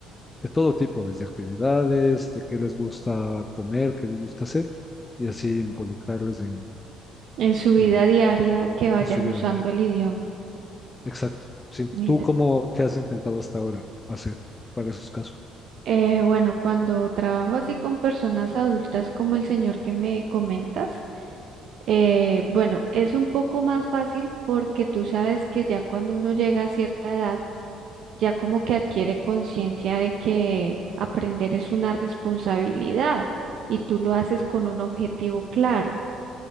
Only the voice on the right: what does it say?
En su vida
diaria que vayan
usando
el idioma.
Mira,
eh, bueno, cuando trabajo así con personas adultas como el señor que me comentas, eh, bueno, es un poco más fácil porque tú sabes que ya cuando uno llega a cierta edad, ya como que adquiere conciencia de que aprender es una responsabilidad y tú lo haces con un objetivo claro.